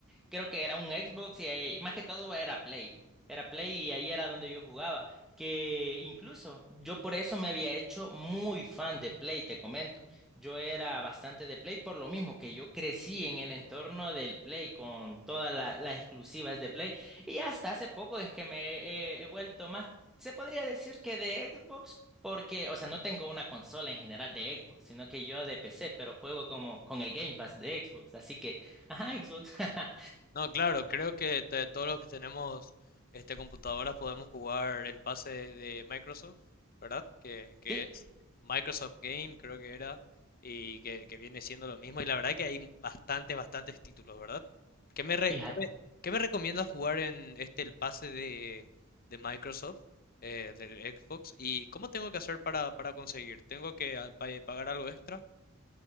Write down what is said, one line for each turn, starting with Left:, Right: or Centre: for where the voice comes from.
Centre: creo que era un Xbox y ahí- más que todo era Play. Era Play y ahí era donde yo jugaba. Que incluso yo por eso me había hecho muy fan de Play, te comento. Yo era bastante de Play por lo mismo que yo crecí en el entorno del Play con todas la- las exclusivas de Play. Y hasta hace poco es que me he he vuelto más, se podría decir que de Xbox. Porque, o sea, no tengo una consola en general de Xbox, sino que yo de PC, pero juego como con el Game Pass de Xbox, así que, ajá, Xbox. <laughs>
Left: No, claro, creo que te- todos los que tenemos este computadoras podemos jugar el pase de Microsoft, ¿verdad? Que, que
Centre: Sí,
Left: es Microsoft Game, creo que era, y que, que viene siendo lo mismo. Y la verdad que hay bastantes, bastantes títulos, ¿verdad? ¿Qué me, re-
Centre: fíjate,
Left: qué me, qué me recomiendas jugar en este el pase de, de Microsoft, eh, del Xbox? ¿Y cómo tengo que hacer para, para conseguir? ¿Tengo que ah, pa- eh, pagar algo extra?